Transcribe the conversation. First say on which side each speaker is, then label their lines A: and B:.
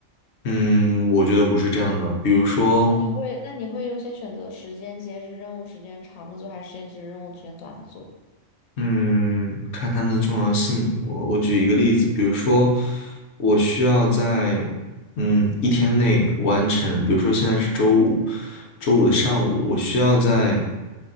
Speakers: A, on the left; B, on the left.
A: 嗯，我觉得不是这样的。比如说，
B: 那你会那你会优先选择时间截止任务时间长的做，还是时间截止任务时间短的做？
A: 嗯，看他们的重要性。我我举一个例子，比如说，我需要在嗯一天内完成，比如说现在是周五，周五的上午，我需要在